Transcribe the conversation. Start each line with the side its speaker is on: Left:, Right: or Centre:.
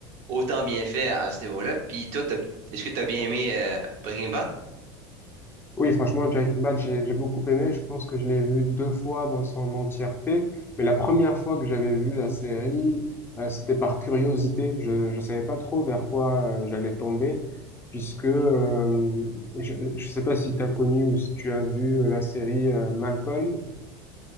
Right: autant bien fait à ce niveau-là. Puis, toi, t'as- est-ce que tu as bien aimé euh, Breaking Bad?
Left: Oui, franchement, Breaking Bad, j'ai j'ai beaucoup aimé. Je pense que je l'ai vu deux fois dans son entièreté. Mais la première fois que j'avais vu la série, euh, c'était par curiosité. Je ne savais pas trop vers quoi euh, j'allais tomber, puisque euh, je ne sais pas si tu as connu ou si tu as vu la série euh, Malcolm.